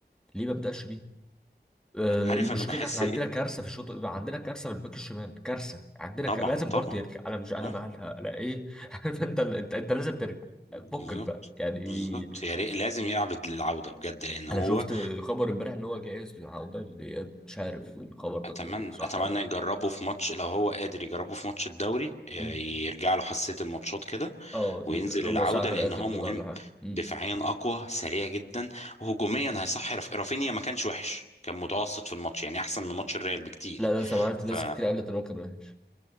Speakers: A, in the centre; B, on the left.
A: ليه ما ابداش بيها آه،
B: عارف
A: المشكله
B: انا بحس
A: احنا عندنا
B: ايه
A: كارثه في الشوط عندنا كارثه في الباك الشمال كارثه عندنا ك...
B: طبعا
A: لازم
B: طبعا
A: برضه يرجع انا مش انا
B: طبعا
A: مالها انا ايه <laughs> عارف انت ال- انت انت لازم ترجع
B: بالظبط
A: فكك بقى يعني
B: بالظبط يا ريت لازم يلعب العودة بجد لأن هو
A: انا شفت خبر امبارح ان هو جاهز والله مش عارف الخبر ده
B: أتمنى
A: صح
B: أتمنى
A: ولا
B: يجربه في ماتش لو هو قادر يجربه في ماتش الدوري آه،
A: لا
B: يرجع له حساسية الماتشات كده
A: اه
B: وينزل
A: رج- ربع
B: العودة
A: ساعة في
B: لأن
A: الآخر
B: هو
A: كده
B: مهم
A: ولا حاجة مم.
B: دفاعيا أقوى سريع جدا وهجوميا هيصحي رف- رافينيا ما كانش وحش كان متوسط في الماتش يعني أحسن من ماتش الريال بكتير
A: لا أنا سمعت
B: ف
A: ناس كتير قالت إن هو كان وحش